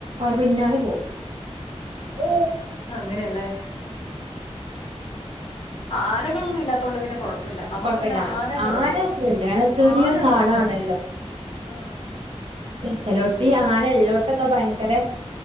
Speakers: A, on the right; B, on the left.
A: ഓര് പിന്നാലെ പോകും <inaudible> ഓ
B: അങ്ങനെയല്ലേ ആനകളെന്നും ഇല്ലാത്തതൊണ്ട് പിന്നെ കൊഴ പ്പില്ല നമുക്ക്
A: കൊഴപ്പല്ല
B: പിന്നെ ആനകളുണ്ട്
A: ആനൊന്നുല്ല അങ്ങനെ ചെറിയൊരു
B: ആന വന്നറ്റാക്ക്
A: കാടാണല്ലോ
B: ചെയ്യും ആഹ്
A: ചെലോർത്തി ആന ഉള്ളോട്ത്ത്ക്കെ ഭയങ്കര